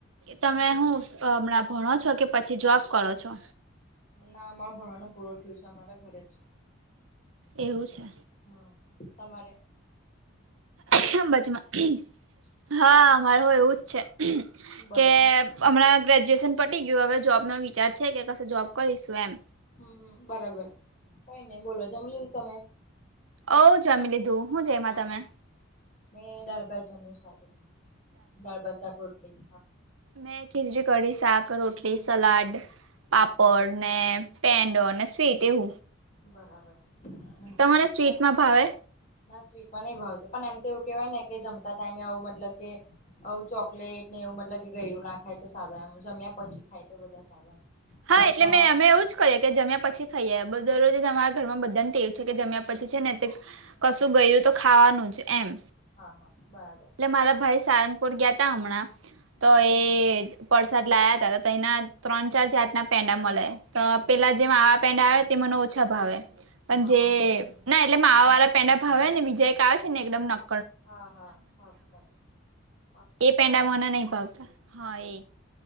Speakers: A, on the right; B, on the left.
A: તમે હું હમણાં ભણો છો કે પછી જોબ કરો છો
B: ના અમારે ભણવાનું પુરું થીયુ છે અમારા ઘરે જ
A: એવું છે
B: હા તમારે
A: કેમ બાજુમાં હા મારે હો એવુંજ છે
B: બરોબર
A: કે હમણાં ગ્રેજ્યુએશન પટી ગયું હવે જોબનો વિચાર છે કે કશે જોબ કરીશું એમ
B: હમ બરાબર કઈ નહી બોલો જમ લીધું તમે
A: ઓ જમી લીધું હું જઈમાં
B: હા
A: તમે
B: મેં દાળ ભાત જમુ છુ આજે દાલ ભાત શાક રોટલી
A: મેં ખીજરી કડી શાક રોટલી સલાડ પાપડ ને પેનડો ને સ્વીટ એ વ
B: બરાબર હમ
A: તમારે સ્વીટમાં
B: પણ
A: ભાવે
B: ના સ્વીટમાં નહી ભાવતું પણ એમ તો એવું કેહેવાય ને કે જમતા ટાઈમે આવું મતલબ કે આવું ચોકલેટ ને એવું મતલબ કે ગરું ના ખાય તો સારું એમ જમ્યા પછી ખાય તો બધા સારું એમ
A: હા
B: પચવામાં
A: એટલે મેં
B: મુશ્કેલ
A: અમે પૂછ્યું જ કરીએ કે જમ્યા પછી ખાઈએ દરરોજ અમારા ઘરમાં બધાને ટેવું છે કે જમ્યા પછી છે ને કશું ગયું તો ખાવાનું જ એમ
B: હા હા બરાબર
A: એટલે મારા ભાઈ સારનપુર ગયા ત હમણાં તો
B: હ
A: એ પરસાદ લાયા ત તો એના ત્રણ ચાર ચત ના પેંડા મળે તો પેલા જેમ આવા પેંડા તે મને ઓછા ભાવે પણ
B: હા
A: જે
B: હા
A: ના એટલે મા વાળા પેંડા ભાવે ને બીજા એક ક આવે છે ને એકદમ નક્
B: હા હા થકક
A: એ પેંડામાના નહી ભાવતા હા એ